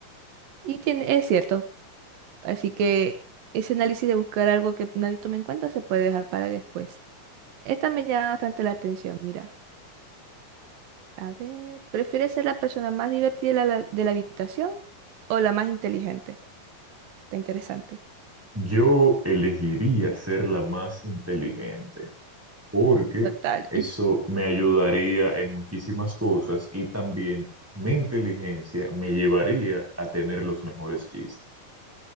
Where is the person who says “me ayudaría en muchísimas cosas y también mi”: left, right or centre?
Centre